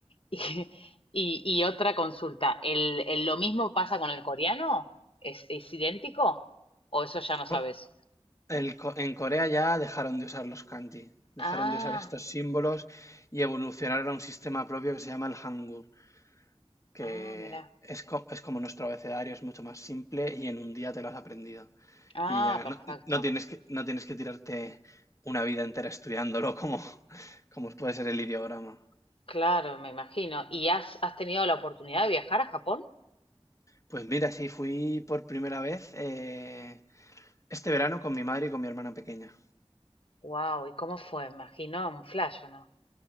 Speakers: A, on the left; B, on the left.
A: <laughs> Y, y y otra consulta, ¿el, el- lo mismo pasa con el coreano? ¿Es, es idéntico? ¿O eso ya no sabes?
B: Co- el co- en Corea ya dejaron de usar los kanji,
A: Ah,
B: dejaron de usar estos símbolos y evolucionaron a un sistema propio que se llama el Hangul, que
A: ah, mirá.
B: es, co- es como nuestro abecedario, es mucho más simple y en un día te lo has aprendido.
A: Ah,
B: Y ya
A: perfecto.
B: no, no tienes que, no tienes que tirarte una vida entera estudiándolo como, como puede ser el ideograma.
A: Claro, me imagino. ¿Y has, has tenido la oportunidad de viajar a Japón?
B: Pues mira, sí, fui por primera vez eh, este verano con mi madre y con mi hermana pequeña.
A: Wow, ¿y cómo fue? Me imagino un flash, ¿o no?